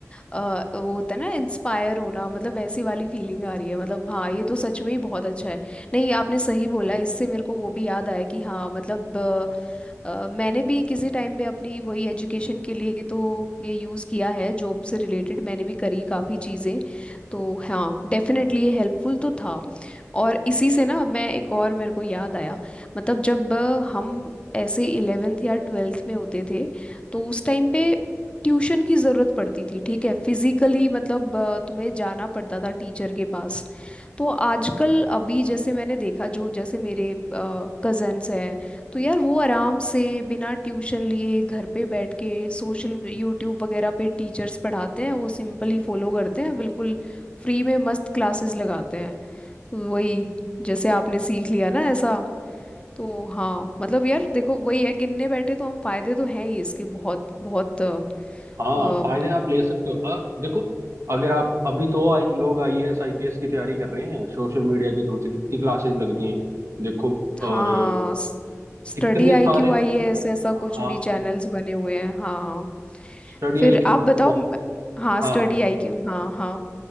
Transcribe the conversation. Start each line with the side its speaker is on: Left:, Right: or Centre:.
Left: अ, वो होता है ना इंस्पायर होना मतलब वैसी वाली फीलिंग आ रही है मतलब हाँ ये तो सच में ही बहुत अच्छा है नहीं आपने सही बोला इससे मेरे को वो भी याद आया कि हाँ मतलब अ, अ, मैंने भी किसी टाइम पे अपनी वही एजुकेशन के लिए तो ये यूज़ किया है जॉब से रिलेटेड मैंने भी करी काफ़ी चीज़ें तो हाँ डेफिनेटली ये हेल्पफुल तो था और इसी से ना मैं एक और मेरे को याद आया मतलब जब अ, हम ऐसे इलेवेंथ या ट्वेल्थ में होते थे तो उस टाइम पे ट्यूशन की ज़रूरत पड़ती थी ठीक है फिजिकली मतलब अ, तुम्हें जाना पड़ता था टीचर के पास तो आजकल अभी जैसे मैंने देखा जो जैसे मेरे कजन्स हैं तो यार वो आराम से बिना ट्यूशन लिए घर पे बैठ के सोशल यूट्यूब वगैरह पे टीचर्स पढ़ाते हैं वो सिंपली फॉलो करते हैं बिल्कुल फ्री में मस्त क्लासेस लगाते हैं वही जैसे आपने सीख लिया ना ऐसा तो हाँ मतलब यार देखो वही है गिनने बैठे तो हम फायदे तो हैं ही इसके बहुत बहुत अ,
Right: हाँ
Left: अ,
Right: फायदे आप ले सकते हो अ, देखो अगर आप अभी तो आई, लोग आईएएस आईपीएस की तैयारी कर रहे हैं सोशल मीडिया के थ्रू से कितनी क्लासेस लग रही हैं देखो
Left: हाँ
Right: और
Left: स्टडी
Right: कितने
Left: आईक्यू
Right: सारे
Left: आईएएस ऐसा
Right: हाँ
Left: कुछ भी चैनल्स बने हुए हैं हाँ
Right: स्टडी
Left: फिर
Right: आईक्यू
Left: आप बताओ
Right: हाँ
Left: हाँ स्टडी
Right: हाँ
Left: आईक्यू हाँ हाँ